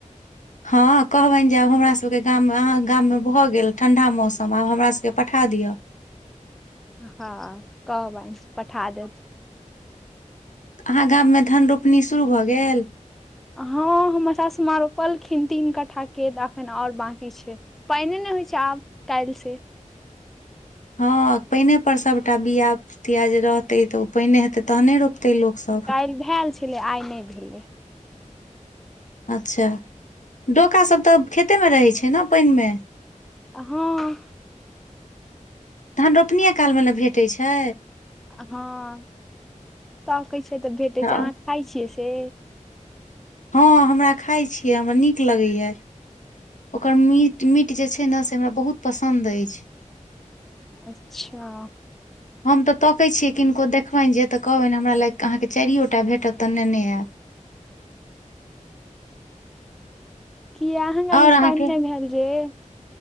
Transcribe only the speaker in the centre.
हँ कहबनि पठा देब।
हँ हमर सासुमाॅं रोपलखिन तीन कट्ठा के त एखन आओर बाँकी छै पाइने नहि होइ छै, आब काल्हि सि
काल्हि भैऽल छलै। आइ नहि भेलै।
अ- हं-
अ हं। तकै छै तऽ भेटैय
छै, अहाँ खाइ छियै से?
अच्छा।
किया अहाँगाम
मे
पइन नहि भेल जे-